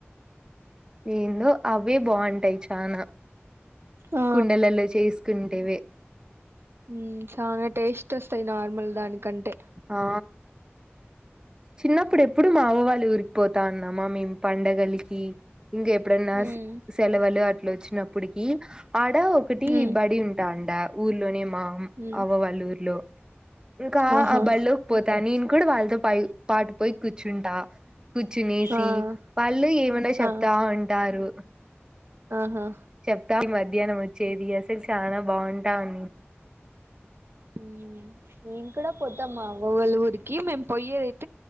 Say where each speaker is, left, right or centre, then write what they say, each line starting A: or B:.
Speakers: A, on the right; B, on the right.
A: ఏందో అవే బాగుంటాయి చనా
B: ఆ
A: కుండలలో చేసుకుంటేవే
B: హా చాల టేస్ట్ వస్తాయి నార్మల్ దానికంటే
A: ఆ చిన్నప్పుడు ఎప్పుడు మా అవ్వవాళ్ళి ఊరికి పోతా ఉన్నామా మేము పండగలికి ఇంక ఎప్పుడైన్నా
B: ఉమ్
A: సెలవులు అట్లా వచ్చినప్పటికి ఆడ ఒకటి
B: ఉమ్
A: బడి ఉంటా అడా ఊర్లోనే మా
B: ఉమ్
A: అవ్వ వాళ్ల ఊరిలో ఇంకా
B: ఆహా
A: బడిలోకి పోతా నేను కూడా వాళ్ళతో పై పాటు పోయి కూర్చుంటా కూర్చునేసి
B: ఆ
A: వాళ్ళు ఏమన్నా చెప్తా
B: ఆ
A: ఉంటారు
B: ఆహా
A: చెప్తా మధ్యాహ్నం వచ్చేదియా అసలు చాలా బాగుంటావు
B: ఉమ్ మేము కూడా పోతాము మా ఊ ఓవ్వల ఊరికి మేము పయ్యేదై